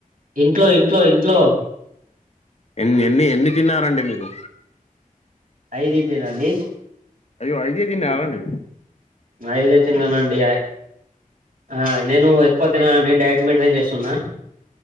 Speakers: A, on the right; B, on the left.
A: ఇంట్లో ఇంట్లో ఇంట్లో
B: ఎన్ని ఎన్ని ఎన్ని తిన్నారండి మీరు
A: ఐదు ఇడ్లీ నా అండి
B: అయ్యో ఐదే తిన్నారా అండి
A: ఐదే తిన్నానండి ఆ నేను ఎక్కువ తినను అండి డైట్ మెయింటైన్ చేస్తున్నా